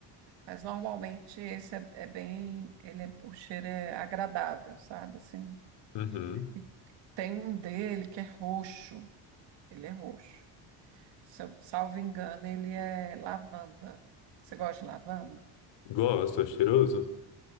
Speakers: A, on the right; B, on the left.
A: Mas normalmente esse é, é bem, ele é- o cheiro é agradável, sabe? Assim,
B: Uhum.
A: E tem um dele que é roxo. Ele é roxo. Se eu- Salvo engano, ele é lavanda. Você gosta de lavanda?
B: Gosto, é cheiroso?